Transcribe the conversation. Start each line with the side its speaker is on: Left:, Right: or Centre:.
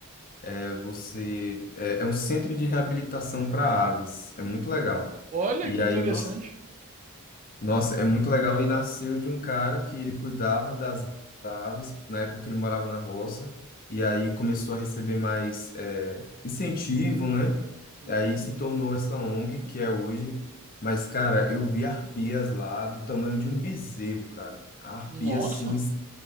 Left: É, você é, é um centro de reabilitação para aves. É muito legal.
Right: Olha
Left: E
Right: que
Left: aí
Right: interessante.
Left: você nossa, é muito legal. E nasceu de um cara que ele cuidava das aves na época que ele morava na roça. E aí começou a receber mais é, incentivo, né?
Right: Uhum.
Left: E Aí se tornou essa ONG que é hoje. Mas, cara, eu vi arpias lá do tamanho de um bezerro, cara. A Arpia,
Right: Nossa.
Left: assim,